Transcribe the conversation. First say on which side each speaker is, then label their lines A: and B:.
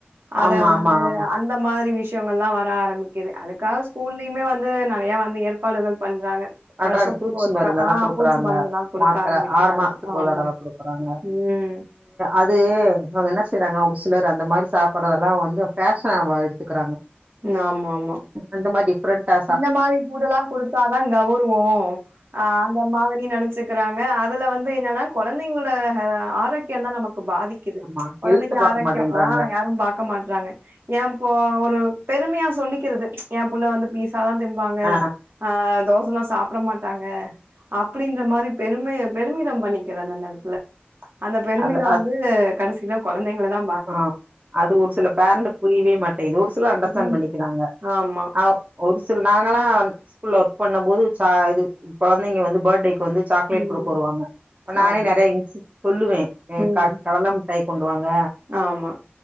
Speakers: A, on the right; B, on the right.
A: அத
B: ஆமா
A: வந்து
B: ஆமா ஆமா
A: இந்த மாரி விஷ்யங்கள்லாம வர ஆரம்பிக்குது அதுக்காக ஸ்கூல்லயுமே வந்து நறையா வந்து ஏற்பாடுகள் பண்றாங்க
B: பண்றாங்க
A: வருஷத்துக்கு
B: பூச்சி
A: ஒருக்கா
B: மருந்தெல்லா
A: ஆ
B: கொடுக்குறாங்க
A: பூச்சி மருந்துலாம் குடுக்க
B: மாத்திர
A: ஆரம்பிக்கிறாங்க.
B: ஆறு மாஸ்த்துக்கு
A: ஆமா.
B: ஒரு தடவ கொடுக்குறாங்க
A: ம்.
B: அது அவங்க என்ன செய்றாங்க ஒரு சிலர் அந்த மாரி சாப்புறதெல்லா வந்து ஃபேஷன்னாவ எடுத்துக்கிறாங்க
A: ன ஆமா ஆமா
B: அந்த மாரி டிப்ரெண்ட்டா
A: இந்த மாரி பூடெல்லா குடுத்தாதா நகுருவோ ஆ அந்த மாரி நனச்சிகிறாங்க அதுல வந்து என்னன்னா குழந்தைங்களோட ஆரோக்கியந்தா நமக்கு பாதிக் கிது
B: ஆமா
A: கொழந்தைங்க
B: ஹெல்த் பாக்க
A: ஆரோக்கியோ
B: மாட்டேன்றாங்க
A: ஆ யாரு பா க்க மாற்றாங்க எ பொ ஒரு பெருமையா சொல்லிக்கிறது எ புள்ள வந்து பீஸ் ல்லா திம்பாங்க
B: ஆ
A: ஆ தோசல்லா சாப்பட மாட்டாங்க அப்டின்ற மாரி பெருமை பெருமிதம் பண்ணிக்கிறாங்க அந்த எடத்துல அந்த பெருமித
B: அது அது
A: வந்து கடைசியில கொழந்தைங்கலதா
B: ஆ அது ஒரு சில பேரண்ட்டு புரியவே மாட்டேங்குது ஒரு சில அண்டர்ஸ்டண்ட்
A: ம்.
B: பண்ணிக்கிறாங்க
A: ஆமா.
B: அவ் ஒரு சில நாங்கல்லா ஸ்கூல்ல ஒர்க் பண்ணம் போது ச இது குழந்தைங்க வந்து பர்டேக்கு வந்து சாக்லேட்
A: ம்.
B: கொடுக்க வருவாங்க நானே
A: ஆமா.
B: நெறைய சொல்லுவே எ
A: ம்.
B: க கடல டாய் கொண்டுவாங்க
A: ஆமா